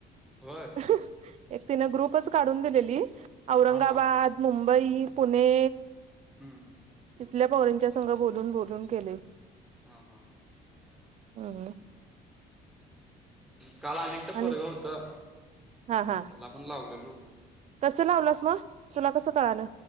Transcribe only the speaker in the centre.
व्हय.
हा हा
हम्म.
हा, हा.
काल आने ते
पोरग होतं.
त्याला पण लावलेलो.